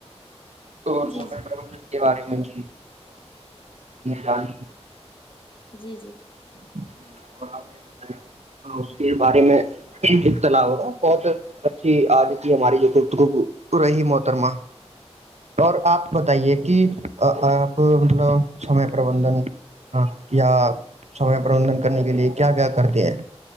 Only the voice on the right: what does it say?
تو سبن
کے بارے میں جی <unintelligible> ج <unintelligible>
اور آپ نے بتایا اس کے بارے میں اختلا ہوگا بہت اچھی آاد کی ہماری جو گفتگب رہی محترمہ اور آپ بتائیے کہ آپ مطلب سمے پربندھن ہاں یا سمے پربندندن کرنے کے لیے کیا کیا کرتے ہیں